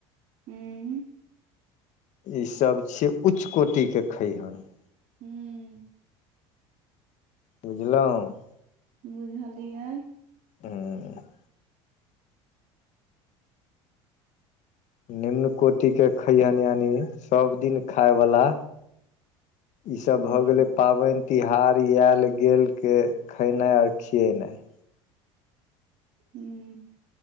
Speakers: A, on the right (about 60°); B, on the left (about 55°).
A: हूँ- -
B: ईसभ छियै उच्च कोटिके खैहर- -
A: हू- -
B: बुझलहुँ- -
A: बुझलिय --
B: हुं -- निम्न कोटि के खैयानी यानि सब दिन खााय बला। ईसभ
A: हूँ
B: भऽ गेलै पाबनि तिहार आयल गेल के खेनाइ खि- - कियो नहि- -
A: हू- -